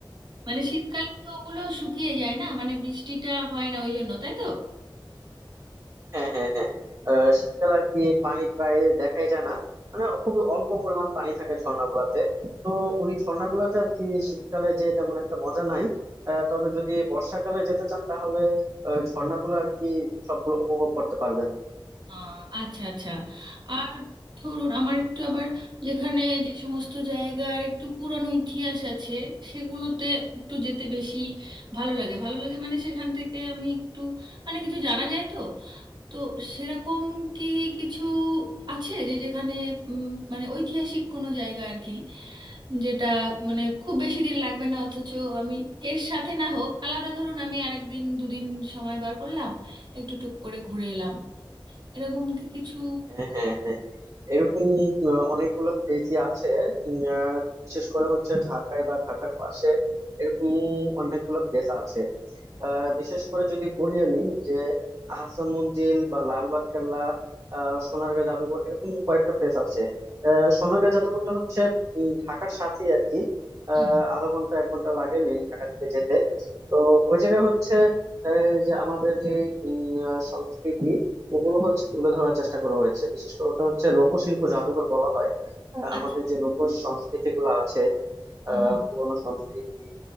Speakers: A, on the right; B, on the right.
A: মানে শীতকালে তো ওগুলো শুকিয়ে যায় না মানে বৃষ্টিটা হয় না ওই জন্য তাই তো
B: হ্যাঁ হ্যাঁ হ্যাঁ আহ, শীতকালে আর কি পানি প্রায় দেখাই যায় না মানে খুবই অল্প পরিমাণ পানি থাকে ঝর্ণাগুলাতে তো ওই ঝর্ণাগুলাতে আর কি শীতকালে যে তেমন একটা মজা নাই আহ, তবে যদি বর্ষাকালে যেতে চান তাহলে আহ, ওই ঝর্ণাগুলো আর কি সবগুলো উপভোগ করতে পারবেন
A: আহ, আচ্ছা আচ্ছা আর ধরুন আমার একটু আবার যেখানে যে সমস্ত জায়গার একটু পুরানো ইতিহাস আছে সেগুলোতে একটু যেতে বেশি ভালো লাগে ভালো লাগে মানে সেখান থেকে আমি একটু মানে কিছু জানা যায় তো তো সেরকম কি কিছু আছে যে যেখানে উম, মানে ঐতিহাসিক কোনো জায়গা আর কি যেটা মানে খুব বেশি দিন লাগবে না অথচ আমি এর সাথে না হোক আলাদা ধরুন আমি আরেকদিন দুদিন সময় বার করলাম একটু টুক করে ঘুরে এলাম এরকম কি কিছু
B: হ্যাঁ হ্যাঁ হ্যাঁ এরকম আহ, অনেকগুলো প্লেসই আছে উম, আহ, বিশেষ করে হচ্ছে ঢাকায় বা ঢাকার পাশে এরকম অনেকগুলো প্লেস আছে আহ বিশেষ করে যদি বলি আমি যে আহসান মঞ্জিল বা লালবাগ কেল্লা আহ সোনারগাঁ জাদুঘর এরকম কয়েকটা প্লেস আছে আহ সোনারগাঁ জাদুঘরটা হচ্ছে উম, ঢাকার সাথেই আর কি আহ
A: হুম
B: আধা ঘন্টা এক ঘন্টা লাগে মেইন ঢাকা থেকে যেতে তো ওই জায়গায় হচ্ছে আহ, যে আমাদের যে উম, আহ, সংস্কৃতি ওগুলো হচ্ছে তুলে ধরার চেষ্টা করা হয়েছে বিশেষ করে ওটা হচ্ছে লোকশিল্প জাদুঘর বলা হয় আহ,
A: আচ্ছা
B: আমাদের যে লোক সংস্কৃতি গুলো আছে
A: হুম
B: আহ পুরনো সংস্কৃতি